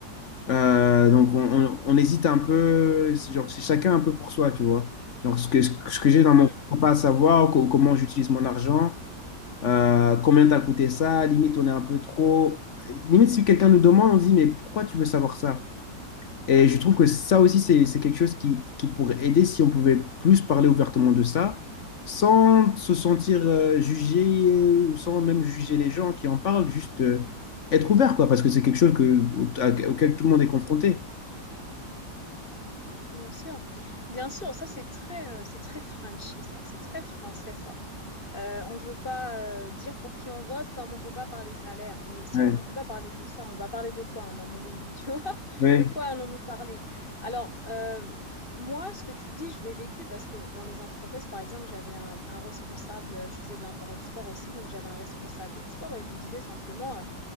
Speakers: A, on the left (about 50°); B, on the left (about 30°).
A: Euh, donc on, on- on hésite un peu, c'est genre c'est chacun un peu pour soi, tu vois. Genre ce que, ce que ce que j'ai dans mon
B: Mm,
A: compte, pas à savoir, co- comment j'utilise mon argent, euh, combien t'as coûté ça, limite on est un peu trop. Limite si quelqu'un nous demande, on se dit mais pourquoi tu veux savoir ça? Et je trouve que ça aussi, c'est c'est quelque chose qui, qui pourrait aider si on pouvait plus parler ouvertement de ça, sans se sentir euh, jugé euh, ou sans même juger les gens qui en parlent, juste euh, être ouvert, quoi, parce que c'est quelque chose que, à- auquel tout le monde est confronté.
B: bien sûr. Bien sûr, ça c'est très, euh, c'est très Frenchy, ça. C'est très français, ça. Euh, on ne veut pas euh, dire pour qui on vote, comme on ne veut pas parler salaire. Mais si
A: Ouais,
B: on ne peut pas parler de ça, on va parler de quoi à un moment donné, <laughs> tu vois?
A: ouais,
B: De quoi allons-nous parler? Alors, euh, moi, ce que tu dis, je l'ai vécu parce que dans les entreprises, par exemple, j'avais un, un responsable, je faisais de l'import-export aussi, donc j'avais un responsable export et je lui disais simplement, euh,